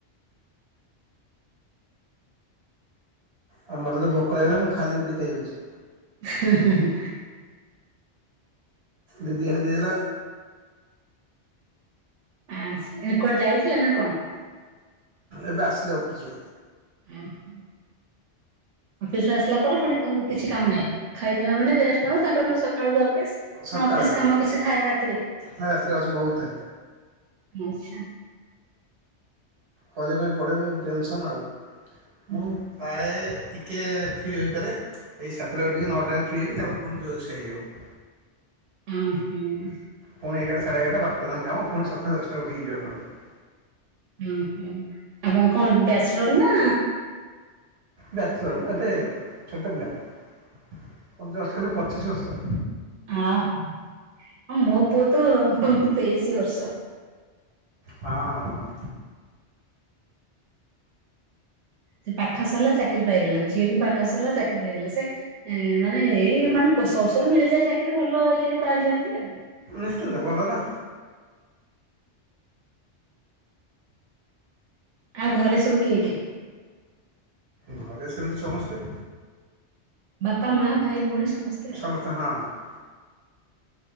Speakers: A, on the right; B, on the right.
A: ଆଉ ମତେତ ଭୋକ ହେଲେ ମୁଁ ଖାଲି ରୁଟି ଖାଇଯାଉଚି।
B: ହେ-ହେ-ହେ
A: ଦିଦି ରାନ୍ଧିକି ଦେଲା
B: ଆଚ୍ଛା ଏବେ କୁଆଡ଼େ ଯାଇଥିଲେ ନା କଣ?
A: ଏବେ ଆସିଲି ଅଫିସରୁ।
B: <inaudible> ଅଫିସରୁ ଆସିଲା ପରେ ପୁଣି କିଛି କାମ ନାଇଁ ଖାଇଦେଲା ମାନେ ରେଷ୍ଟ ନବ ତାପରେ ପୁଣି ସକାଳୁ ଅ ଫିସ୍
A: ସକାଳ
B: ନା ଅଫିସ୍
A: ଆଉ
B: କାମ କିଛି ଥାଏ ରାତିରେ?
A: ରାତିରେ ଅଛି ବହୁତ
B: ଆଚ୍ଛା।
A: କରିବା ପାଇଁ ପଡ଼ବା ଟେନସନ୍ ଆଉ
B: ହୁଁ।
A: ମୁଁ ପ୍ରାୟେ ଟିକିଏ ଫ୍ରି ହୋଇପାରେ ଏଇ ସାତଟାରୁ ଟିକେ ନଅଟା ଆଙ୍କେ ଫ୍ରି ହେବି ତାପରେ ପୁଣି ଯୋଉଆକୁ ସେୟା ହେଇଯିବ।
B: ଅଁ ହୁଁ।
A: ପୁଣି ଏଗାରଟ ସାଢେ ଏଗାରା ବାରଟାଙ୍କା କାମ ପୁଣି ସକାଳେ ଦଶଟାରେ ଉଠିକି ଯିବାକୁ ପଡ଼ିବ।
B: ଓଁ ହୁଁ ଆପଣ କଣ ବ୍ୟାଚ୍ଲରନା
A: ବ୍ୟାଚ୍ଲର୍ ମୁଁ ଏତେ ଛୋଟ ପିଲା ମତେ ଜଷ୍ଟ ଖାଲି ପଚିଶି ବର୍ଷ।
B: ଅଁ ହୋ ଆଁ ମୋପୁଅତ ତେଇଶି ବର୍ଷ।
A: ହଁ ଆଉ କଁ
B: ସେ ପାଠ ସରିଲା ଚାକିରି ପାଇଗଲା ଝିଅବି ପାଠ ସରିଲା ଚାକିରି ପାଇଗଲା ସେ ଏ ମାନେ ଏଇ ମାନେ ସର ସରୁ ମିଳିଯାଏ ଚାକିରି ଭଲ ଇଏରେ ପାଇଯାଆନ୍ତି ଆଉ।
A: ନିଶ୍ଚିନ୍ତ ଭଲନା।
B: ଆଉ ଘରେ ସବୁ କିଏ କିଏ?
A: ଘରେ ସେମିତି ସମସ୍ତେ।
B: ବାପା ମା ଭାଇ ଭଉଣୀ ସମସ୍ତେ? ଆଉ।
A: <unintelligible>